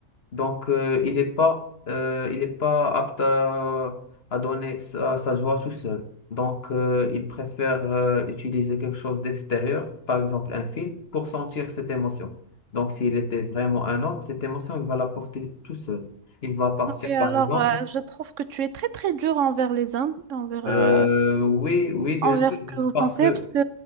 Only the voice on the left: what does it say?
Donc, euh, il n'est pas, euh, il est pas apte à, à donner sa, sa joie tout seul. Donc, euh, il préfère euh, utiliser quelque chose d'extérieur, par exemple un film, pour sentir cette émotion. Donc, s'il était vraiment un homme, cette émotion, il va la porter tout seul. Il va partir,
par exemple,
Euh, oui, oui, bien
sûr.
Donc,
Parce que,